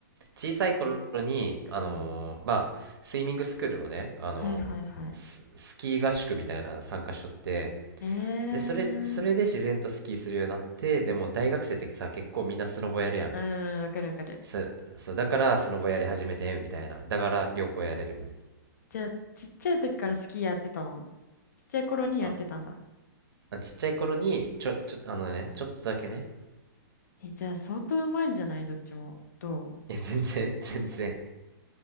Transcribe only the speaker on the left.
うん。
はいはいはい。
えー。
うん、わかるわかる。
じゃあ、ちっちゃい時からスキーやってたのちっちゃい頃にやってたんだ。
え、じゃあ、相当うまいんじゃないどっちも。ど